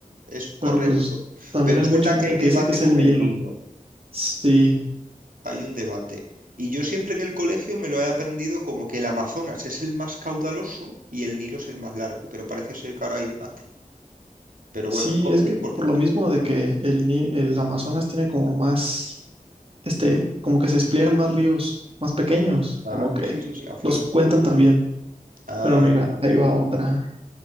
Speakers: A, on the right; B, on the right.
A: Es correcto,
B: pero pues también
A: pero
B: hay
A: es
B: mucha
A: verdad
B: gente
A: que hay debate
B: que dice que es
A: con
B: el Nilo.
A: el Nilo,
B: Sí,
A: hay un debate. Y yo siempre en el colegio me lo he aprendido como que el Amazonas es el más caudaloso y el Nilo es el más largo, pero parece ser que ahora hay debate. Pero
B: sí,
A: bueno, es, co-
B: es
A: es
B: que
A: correcto.
B: por lo mismo de que el, Ni- el Amazonas tiene como más, este, como que se despliegan más ríos, más pequeños,
A: Ajá,
B: como que
A: sí, sí, sí, afluente.
B: los cuentan también.
A: Ah,
B: Pero mira,
A: vale,
B: ahí
A: vale.
B: va otra.